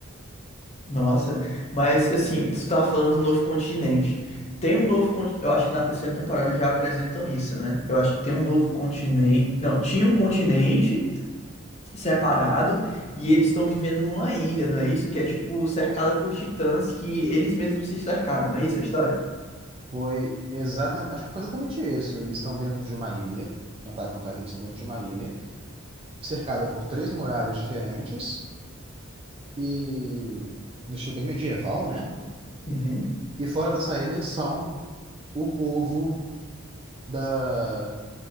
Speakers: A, on the left (about 30°); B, on the right (about 25°).
A: Nossa. Mas, assim, você tava falando do novo continente. Tem um novo continente. Eu acho que na terceira temporada já apresentam isso, né? Eu acho que tem um novo continente. Não, tinha um continente separado e eles estão vivendo numa ilha, não é isso? Que é tipo cercada por titãs que eles mesmos se cercaram, não é isso a história?
B: Foi exatamente. Acho que foi exatamente isso. Eles estão dentro de uma ilha. No Attack on Titan, eles estão dentro de uma ilha, cercada por três muralhas diferentes e. no estilo bem medieval, né?
A: Uhum.
B: E fora dessa ilha são o povo da